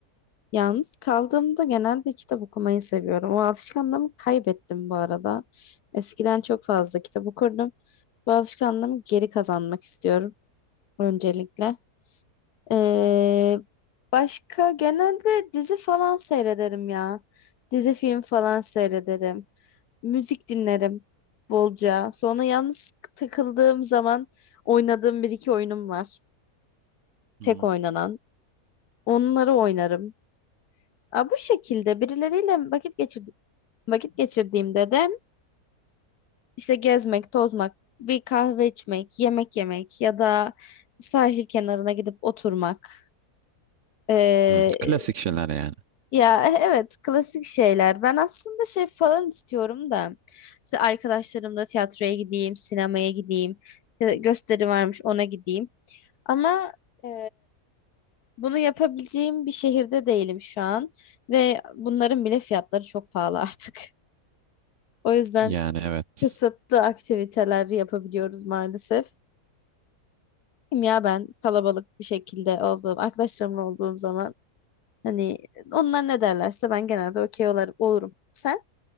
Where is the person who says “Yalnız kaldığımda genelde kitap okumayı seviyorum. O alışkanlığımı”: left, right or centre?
Left